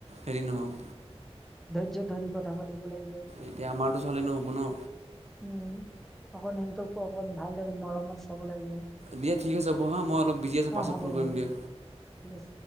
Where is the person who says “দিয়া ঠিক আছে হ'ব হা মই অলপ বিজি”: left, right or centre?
Right